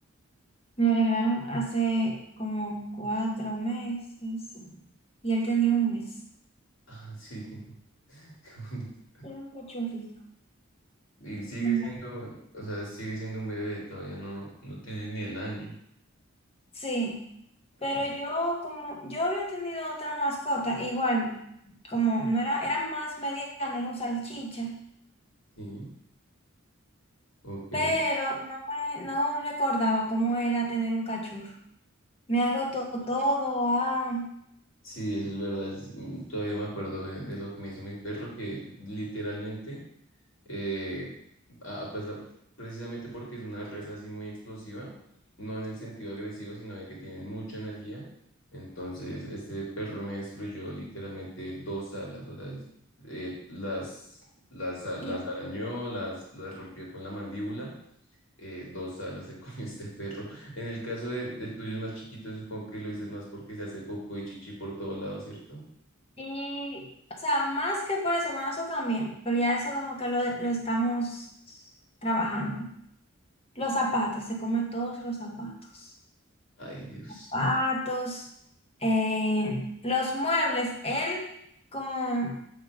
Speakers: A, on the left (about 30°); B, on the left (about 70°).
A: Me lo regalaron hace como cuatro meses y él tenía un mes.
B: Ah, sí, <laughs> qué bonito.
A: Era un cachorrito.
B: Y sigue
A: Mm.
B: siendo, o sea, sigue siendo un bebé, todavía no, no tiene ni el año.
A: Sí, pero
B: O-
A: yo como yo había tenido otra mascota, igual, como no era, eran más mediana, era un salchicha,
B: Sí, ok.
A: pero no me, no recordaba cómo era tener un cachorro. Me ha roto todo, ah,
B: Sí, eso es verdad. es- mm, Todavía me acuerdo de, de lo que me hizo mi perro, que literalmente eh, a- a pesar- precisamente porque es una raza así muy explosiva, no en el sentido agresivo, sino de que tienen mucha energía. Entonces, este perro me destruyó literalmente dos alas, o sea, es- eh, las, las, a- las
A: ¿qué?
B: arañó, las, las rompió con la mandíbula. eh, dos alas se comió <laughs> este perro. En el caso de, del tuyo es más chiquito, supongo que lo dices más porque se hace popó y chichi por todos lados, ¿cierto?
A: Y, o sea, más que por eso, bueno, eso también, pero ya eso como que lo, lo estamos trabajando. Los zapatos, se come todos los zapatos.
B: Ay, Dios.
A: zapatos, eh, los muebles, él como